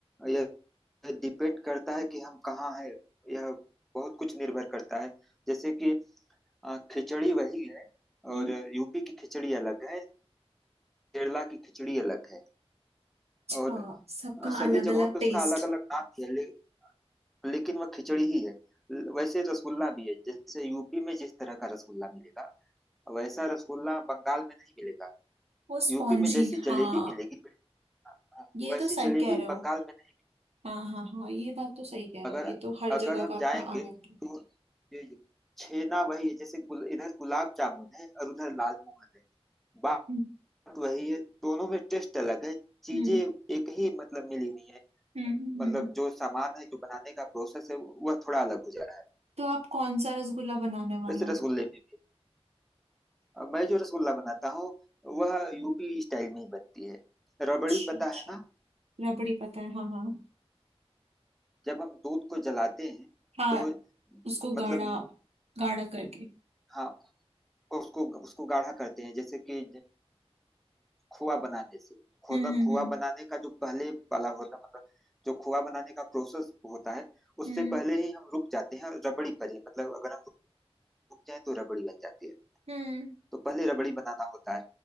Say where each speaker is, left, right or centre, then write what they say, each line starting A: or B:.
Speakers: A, in the centre; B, on the right.
A: यह डिपेंड करता है कि हम कहाँ हैं यह बहुत कुछ निर्भर करता है जैसे कि आ, खिचड़ी वही है
B: हम्म
A: और यूपी की खिचड़ी अलग है केरला की खिचड़ी अलग है
B: अच्छा
A: और
B: सबका
A: आ, सभी
B: अलग
A: जगहों
B: अलग
A: पे
B: टेस्ट
A: उसका अलग अलग नाम भी है ले, लेकिन वह खिचड़ी ही है ल- वैसे रसगुल्ला भी है जैसे यूपी में जिस तरह का रसगुल्ला मिलेगा वैसा रसगुल्ला बंगाल में नहीं मिलेगा
B: वो स्पॉन्जी
A: यूपी में जैसी
B: हाँ
A: जलेबी मिलेगी आ,
B: ये
A: वैसी
B: तो सही
A: जलेबी
B: कह रहे हो
A: बंगाल में नहीं
B: हाँ हाँ हाँ ये बात तो सही कह रहे
A: अगर
B: हो ये तो हर
A: अगर
B: जगह
A: हम
B: का अपना
A: जाएंगे
B: अलग है।
A: तो ये- छेना वही है जैसे गुल, इधर गुलाब जामुन है और उधर लाल मोहन है बात
B: हम्म
A: वही है दोनों में टेस्ट अलग है चीजें
B: हम्म
A: एक ही मतलब मिली हुई है
B: हम्म हम्म,
A: मतलब
B: हम्म।
A: जो सामान है जो बनाने का प्रोसेस है वह थोड़ा अलग हो जा रहा है
B: तो आप कौन सा रसगुल्ला बनाने वाले
A: वैसे
B: हो
A: रसगुल्ले में भी अब मैं जो रसगुल्ला बनाता हूँ वह यूपी स्टाइल में ही बनती है
B: अच्छा
A: रबड़ी पता
B: अच्छा
A: है ना
B: रबड़ी पता है हाँ हाँ
A: जब हम दूध को जलाते हैं
B: हाँ
A: तो
B: उसको गाढ़ा
A: मतलब
B: गाढ़ा करके
A: हाँ उसको उसको गाढ़ा करते हैं जैसे कि खोआ बनाने से खोदा
B: हम्म
A: खोआ
B: हम्म
A: बनाने का जो पहले वाला होता मतलब जो खोआ बनाने का प्रोसेस होता है उससे
B: हम्म
A: पहले ही हम रुक जाते हैं और रबड़ी पर ही मतलब अगर हम रुक जाए तो रबड़ी बन जाती है
B: हम्म, हम्म,
A: तो पहले रबड़ी बनाना होता है